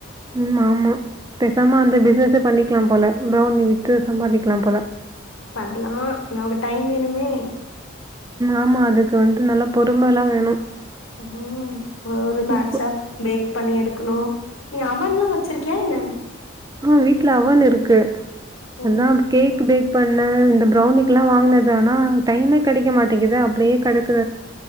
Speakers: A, on the right; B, on the left.
A: உமா ஆமா பேசாம அந்த பிசினஸ பண்ணிக்கலாம் போல பௌனி விட்டு சம்பாதிக்கலாம் போல
B: பண்ணலாம் நமக்கு டைம் வேணுமே
A: ஆமா அதுக்கு வந்து நல்லா பொறுமை எல்லாம் வேணும்
B: ம் அவரு பாசாப்
A: இப்போ
B: பேக் பண்ணி எடுக்கணும் நீ அவுல்லாம் வச்சிருக்கியா என்ன
A: ஆஹ வீட்டுல அவ்வுல் இருக்கு
B: ம்
A: அத
B: ம்
A: கேக் பேக் பண்ண என்ன இந்த பிரௌனிக்கு எல்லாம் வாங்கினது ஆனா டைமே கெடைக்க மாட்டேங்குத அப்டியே கிடக்கு